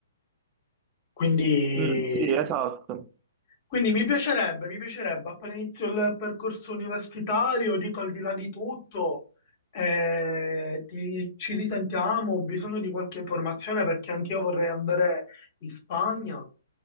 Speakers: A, on the left; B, on the right.
A: Quindi,
B: Mm, sì, esatto.
A: quindi mi piacerebbe, mi piacerebbe appena inizio il percorso universitario, dico al di là di tutto, eh, ti- ci risentiamo, ho bisogno di qualche informazione perché anch'io vorrei andare in Spagna